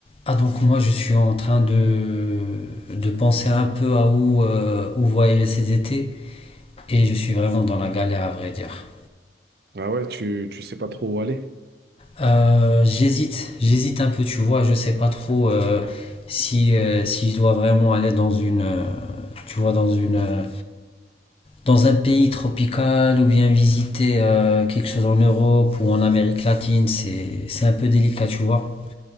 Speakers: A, on the left; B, on the right.
A: Ah donc moi je suis en train de, de penser un peu à où, euh, où voyager ces étés et je suis vraiment dans la galère à vrai dire.
B: Ah ouais, tu, tu sais pas trop où aller.
A: Euh, j'hésite, j'hésite un peu tu vois, je sais pas trop euh, si, euh, si je dois vraiment aller dans une euh, tu vois dans une euh, dans un pays tropical ou bien visiter euh, quelque chose en Europe ou en Amérique latine, c'est c'est un peu délicat tu vois.